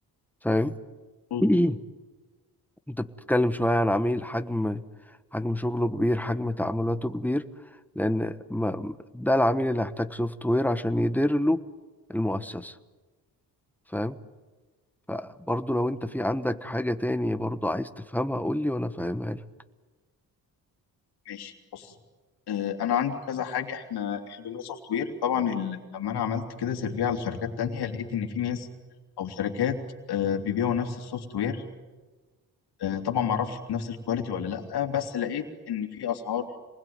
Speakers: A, in the centre; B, on the left.
A: فاهم؟
B: مظبوط.
A: <clears throat> أنت بتتكلم شوية عن عميل حجم حجم شغله كبير حجم تعاملاته كبير لأن ما ده العميل اللي هيحتاج سوفت وير عشان يدير له المؤسسة فاهم؟ فبرضه لو أنت في عندك حاجة تانية برضه عايز تفهمها قول لي وأنا فاهمها لك.
B: ماشي بص آه، انا عندي كذا حاجه احنا احنا بنقول سوفت وير طبعا ال... لما انا عملت كده سيرفي على شركات تانية لقيت ان في ناس او شركات آه، بيبيعوا نفس السوفت وير آه، طبعا ما اعرفش بنفس الكواليتي ولا لا بس لقيت ان في اسعار